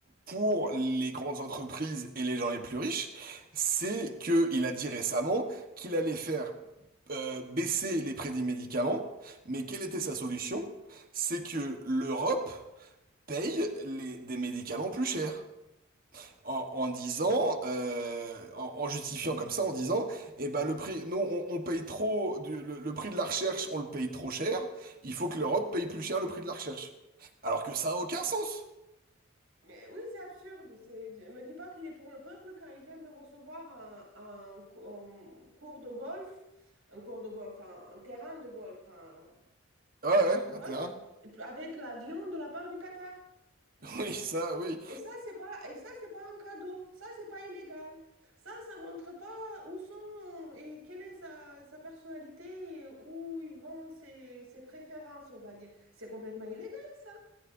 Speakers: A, on the right; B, on the right.
A: pour les grandes entreprises et les gens les plus riches. C'est que il a dit récemment qu'il allait faire euh, baisser les prix des médicaments, mais quelle était sa solution? C'est que l'Europe paye les- des médicaments plus chers en, en disant, euh, en, en justifiant comme ça, en disant, eh ben le prix, nous on, on paye trop, du- le, le prix de la recherche, on le paye trop cher, il faut que l'Europe paye plus cher le prix de la recherche. Alors que ça a aucun sens.
B: Mais oui, c'est absurde. C'est... Ne me dis pas qu'il est pour le peuple quand il vient de recevoir un, un cou- un cours de golf, un cours de golf, un, un terrain de golf, un
A: Ouais, ouais, hein,
B: golf,
A: t'es
B: avec l'avion de la part du Qatar.
A: <laughs> oui, ça, oui.
B: Et ça, c'est pas, et ça, c'est pas un cadeau. Ça, c'est pas illégal. Ça, ça montre pas où sont et quelle est sa, sa personnalité et où ils vont ses, ses préférences, on va dire. C'est complètement illégal, ça.